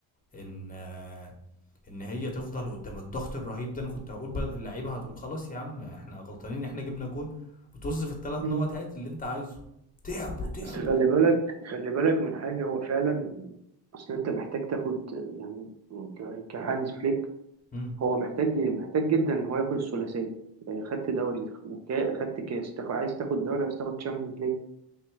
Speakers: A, on the left (about 20°); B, on the right (about 40°).
A: ان آه، ان هي تفضل قدام الضغط الرهيب ده انا كنت هقول بل- اللعيبه هتقول خلاص يا عم احنا غلطانين احنا جبنا جون وطز في الثلاث
B: واحد
A: نقط هات اللي انت عايزه تعبوا تعبوا
B: بس خلي بالك خلي بالك من حاجة هو فعلا أصل أنت محتاج تاخد يعني ك- كهانز فليك
A: امم
B: هو محتاج محتاج جدا إن هو ياخد الثلاثية يعني خدت دوري وخدت كاس تاخد عايز تاخد دوري عايز تاخد تشامبيونز ليج